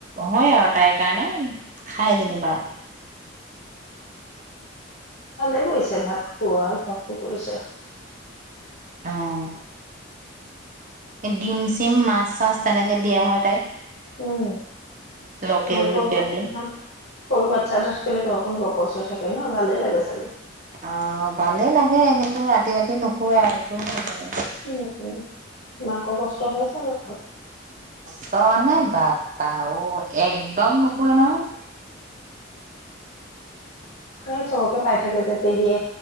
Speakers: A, on the right; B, on the left.
A: হয় আৰু তাইৰ কাৰণে। খাই যেনিবা?
B: ভালে কৰিছে ভাত খুৱাই, ভাতটো কৰিছে।
A: অহ। ডিম, চিম মাছ -চাছ তেনেক। হে দিয়া হয় তাইক।
B: উম।
A: লোকেল
B: তোমালোকৰ
A: লোকেল
B: ঘৰত
A: ডিম
B: কোন, সৰু বাচ্ছা এটা থাকিলে ঘৰ খন। কচু থাকে ন ভালে লাগে চাগে।
A: অ' ভালেই লাগে, কিন্তু ৰাতি ৰাতি নোশুৱে আৰু ভাল লাগে।
B: উম মাকৰ কষ্ট হৈছে আৰু অলপ।
A: চ নে বাপা অ' একদম নুশুনে নহয়।
B: এই চবকে পাই থাকে যে, পেহীয়ে।